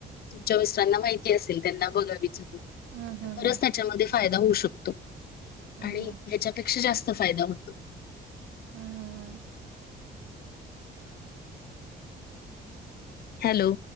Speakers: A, on the left; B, on the right.
A: तुमच्या मिस्टरांना माहिती. असे त्यांना बघा विचारून,
B: हम्म हम्म
A: खरच त्याच्यामध्ये फायदा होऊ शकतो.
B: हम्म
A: आणि
B: हम्म हम्म
A: हच्यापेक्षा जास्त फायदा होतो.
B: हम हम हम,,
A: हॅलो.